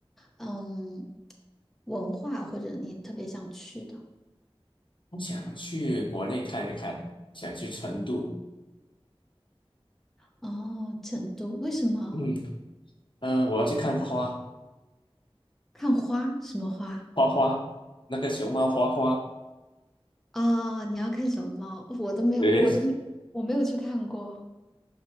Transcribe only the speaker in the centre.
嗯，文化，或者你特别想去的？
哦，成都，为什么？
看花？什么花？
啊？你要看熊猫？我都没有，
我都没，我没有去看过。